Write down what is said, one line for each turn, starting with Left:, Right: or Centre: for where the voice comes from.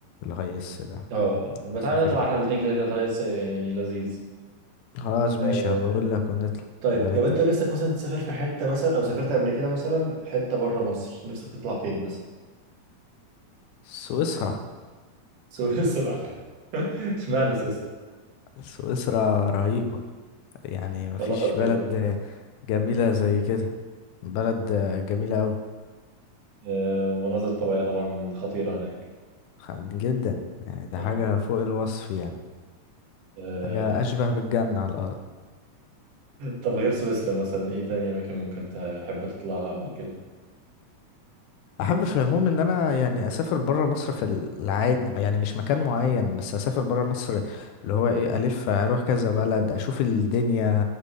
Left: الهيس ده
Right: اه لا ما
Left: اسافر
Right: تعالى نطلع
Left: بيه
Right: احنا الاتنين كده كده طريق س- يعني لذيذ
Left: خلاص ماشي
Right: آه،
Left: هبقول لك ونطلع
Right: طيب
Left: نبقى نتفق
Right: لو انت نفسك مثلا تسافر في حتة مثلا او سافرت قبل كده مثلا حتة بره مصر نفسك تطلع فين مثلا
Left: سويسرا
Right: سويسرا <laughs> اشمعنى سويسرا؟
Left: سويسرا رهيبة يعني مفيش
Right: قلطة وكده
Left: بلد جميلة زي كده بلد جميلة أوي
Right: آه، مناظر طبيعية طبعا خطيرة هناك
Left: خ- جدا يعني ده
Right: آه.
Left: حاجة فوق الوصف يعني
Right: آه،
Left: حاجة أشبه بالجنة على الأرض
Right: طب غير سويسرا مثلا ايه تاني اماكن ممكن تحب تطلعها او كده
Left: أحب في العموم إن أنا يعني أسافر برا مصر في العادي يعني مش مكان معين بس أسافر برا مصر اللي هو إيه ألف أروح كذا بلد أشوف الدنيا